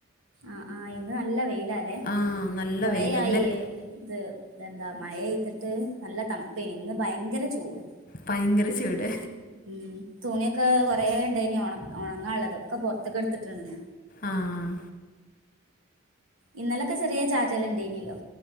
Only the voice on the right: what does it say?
ആഹ് ആഹ് ഇന്ന് നല്ല വെയിലാല്ലേ
കൊറേയായി
ഇത് എന്താ മഴഏയ്തിട്ട് നല്ല തണുപ്പേന് ഇന്ന് ഭയങ്കര ചൂട്
ഉം തുണിയൊക്കെ കൊറേ ഉണ്ടായിനി ഒണക്ക ഒണങ്ങാനുള്ളതൊക്കെ പുറത്തേക്കടുത്തിട്ടുണ്ട്
ഇന്നലൊക്കെ ചെറിയ ചാറ്റലിണ്ടേനീലോ